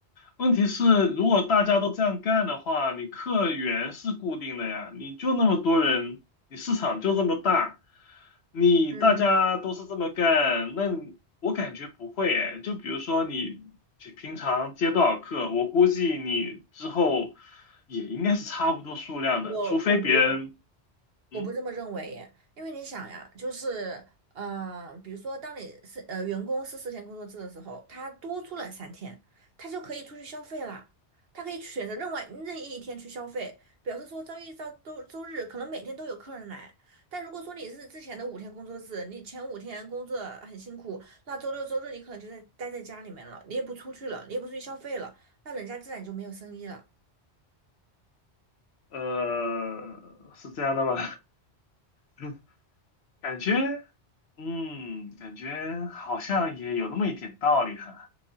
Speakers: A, on the left (about 70°); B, on the right (about 60°).
A: 问题是，如果大家都这样干的话，你客源是固定的呀，你就那么多人，你市场就这么大，你大家都是这么干，
B: 嗯，
A: 那你我感觉不会哎。就比如说你平常接多少客，我估计你之后也应该是差不多数量的，
B: 我我不
A: 除非别人，
B: 我不这么认为耶，
A: 嗯，
B: 因为你想呀，就是，嗯、比如说，当你是呃员工是四天工作制的时候，他多出了三天，他就可以出去消费啦，他可以选择另外任意一天去消费，表示说周一到周周日可能每天都有客人来。但如果说你是之前的五天工作制，你前五天工作很辛苦，那周六周日你可能就在待在家里面了，你也不出去了，你也不出去消费了，那人家自然就没有生意了。
A: 呃，是这样的吗？<laughs> 感觉，嗯，感觉好像也有那么一点道理哈。